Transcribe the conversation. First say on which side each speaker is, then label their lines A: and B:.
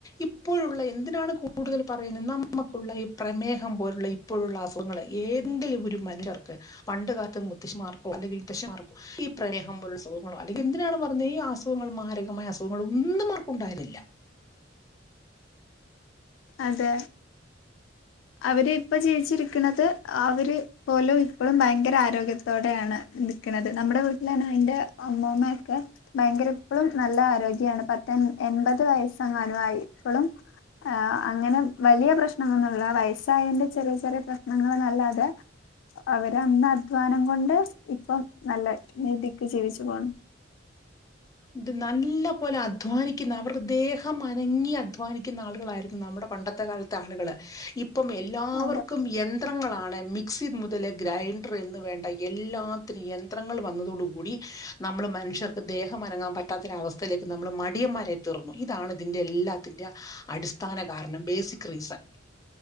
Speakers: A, on the left; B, on the left.
A: ഇപ്പോഴുള്ള എന്തിനാണ് കൂടുതൽ പറയുന്നത് ന- ക്കഈ പ്രമേഹം പോലുള്ള ഇപ്പോഴുള്ള അസുഖങ്ങൾ ഏെങ്കിലും ഒരു മനുഷർക്ക് പണ്ട കാലത്തും- ർക്ക അല്ലെർക്കോ ഈ പ്രമേഹംൾ അസുഖോ അല്ലെങ്ക എന്തിനാണ് പറഞ്ഞത് ഈ അസുഖങ്ങൾ മായ അസുഖങ്ങൾ ഒന്നും ആർക്കുണ്ടായിുന്നില്ല
B: അതെ. അവര് ഇപ്പൊ ജീവിച്ചിരിക്കുന്നത് അവര് പോലും ഇപ്പോഴും ഭയങ്കര ആരോഗ്യത്തോടെയാണ് നിൽക്കുന്നത് നമ്മുടെ വീട്ടിലന്ന അതിന്റെ അമ്മമ്മയൊക്കെ ഭയങ്കര എപ്പോഴും നല്ല ആരോഗ്യമാണ് പ എൺപത് വയസ്സങ്ങാനുംയപ്പോഴും അങ്ങനെ വലിയ പ്രശ്നങ്ങന്നുള്ളയ- വ്യസായന്റെ ചെറിയ ചെറിയ പ്രശ്നങ്ങൾ നല്ലാതെ അവര് അന്ന് അധ്വാനം കൊണ്ട് ഇപ്പം നല്ല രീതിക്ക് ജീവിച്ചു പോണ്‌
A: ഇത് നല്ല പോലെ അധ്വാനിക്കുന്ന അവർടെ ദേഹം അനങ്ങി അധ്വാനിക്കുന്ന ആളുകളായിരുന്നു നമ്മുടെ, - പണ്ടത്തെ കാലത്തെ ആളുകള് ഇ ഇപ്പം എല്ലാവർക്കും
B: അതെ
A: യന്ത്രങ്ങളാണ് മിക്സി മുതൽ ഗ്രൈൻഡർ എന്ന് വേണ്ട എല്ലാത്തിന യന്ത്രങ്ങൾ വന്നതോട കൂടി നമ്മൾ മനുഷ്യർക്ക് ദേഹ- മറങ്ങാൻ പറ്റാത്തൊര അവസ്ഥയിലേക്ക് നമ്മൾ മടിയന്മാരെ തീന്നു ഇതാണ് ഇതിന്റെ എല്ലാത്തിന്റെ അടിസ്ഥാന- കാരണം ബേസിക് റീസൺ